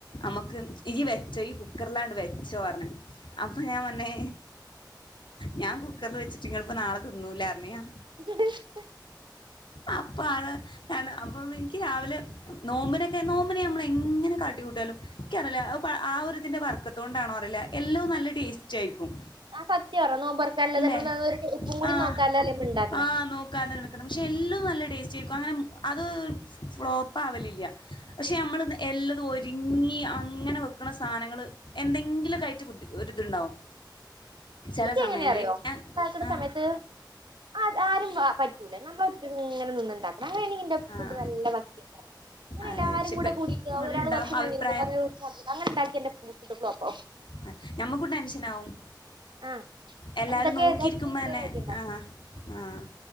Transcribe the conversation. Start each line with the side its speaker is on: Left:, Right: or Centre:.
Left: അമ്മക്ക് ഇജ് വെച്ചോ ഇയ്യ് കുക്കറിലാണ്ട് വെച്ചോ പറഞ്ഞ് അപ്പൊ ഞാൻ വന്നെ ഞാൻ കുക്കറിൽ വെച്ചിട്ടിങ്ങളിപ്പോ നാളെ തിന്നൂലാന്ന് നീയോ
Right: ഇ <unintelligible>
Left: അപ്പ ആള് ന്താണ് അപ്പൊ എനിക്ക് രാവിലെ നോമ്പിനൊക്കെ നോമ്പിന് ഞമ്മള് എങ്ങനെ കാട്ടിക്കൂട്ട്യാലും യ്ക്കറിയില്ല ആ ഒരു ഇതിന്റെ വർക്കത്ത് കൊണ്ടാണോ അറിയില്ല എല്ലോം നല്ല ടേസ്റ്റ് ആയിരിക്കും
Right: ആഹ് സത്യാ പറഞ്ഞ നോമ്പൊറക്കാൻള്ളത്
Left: അല്ലേ
Right: നമ്മൾ ഒരു ഉപ്പും കൂടി
Left: ആഹ്
Right: നോക്കാതല്ലേ നമ്മൾ ഉണ്ടാക്കണ
Left: ആഹ് നോക്കാതെ എടുക്കണം പക്ഷെ എല്ലോം നല്ല ടേസ്റ്റായിരിക്കും അങ്ങനെ അത് ഫ്ലോപ്പ് ആവലില്ല പക്ഷെ നമ്മൾ എല്ലതും ഒരുങ്ങി അങ്ങനെ വെ ക്കണ സാധനങ്ങൾ എന്തെങ്കിലൊക്കായിറ്റ് ഒരിതുണ്ടാവും ചില
Right: എനിക്കെങ്ങനെ
Left: സമയങ്ങളിൽ
Right: അറിയോ
Left: ഞാൻ
Right: ഉണ്ടാക്കണ
Left: ആഹ്
Right: സമയത്ത് അത് ആരും പറ്റൂല നമ്മളൊറ്റക്ക് ഇങ്ങനെ നിന്നുണ്ടാക്ക ണം അങ്ങനാണെങ്കി എൻ്റെ ഫുഡ്
Left: ആഹ്
Right: നല്ല <unintelligible> അങ്ങനെയെല്ലാരും
Left: അത് ശിപ്പ
Right: കൂടെ കൂടിട്ട്
Left: ഇവിടെ
Right: ഒരാൾ
Left: ഉണ്ടാവും
Right: കൊറച്ച് മഞ്ഞളിട്ട്
Left: അഭിപ്രായം
Right: ഒരാൾ കൊറച്ച് മൊളകിട്ട് അങ്ങനെണ്ടാക്കിയാ എൻ്റെ ഫുഡ് ഫ്ലോപ്പാവും
Left: ആഹ് ഞമ്മക്കും ടെൻഷൻ ആവും
Right: ആഹ്
Left: എല്ലാരും
Right: എന്തൊക്കെ
Left: നോക്കിയിരിക്കുമ്പോ
Right: ഏതാ ഇടുന്നൊരു
Left: തന്നെ
Right: ഐഡിയ ഇണ്ടാവൂല
Left: ആഹ് ആഹ്